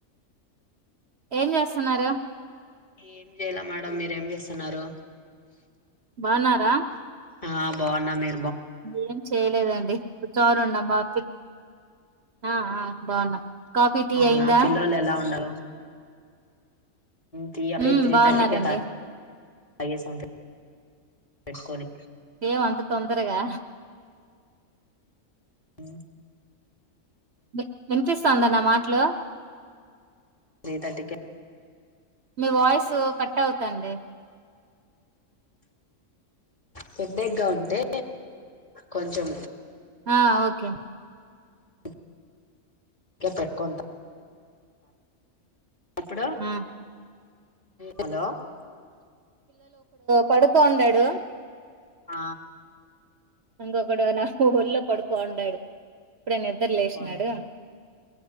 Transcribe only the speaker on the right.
ఏం చేస్తున్నారు
బావున్నారా
ఏం చేయలేదండి కూర్చొన్నున్నా <unintelligible> ఆ బాగున్నా కాఫీ టీ
అయిందా
ఉమ్
బాగున్నారండి
ఏం అంత తొందరగా
బి వినిపిస్తాందా నా మాట్లు
మీ వాయిసు కట్ అవుతాండే
ఆ ఒకే
ఆ
పడుకో ఉడడు
ఇంగొకడు నా ఒళ్ళో పడుకోండడు ఇప్పుడే నిద్ర లేశనాడు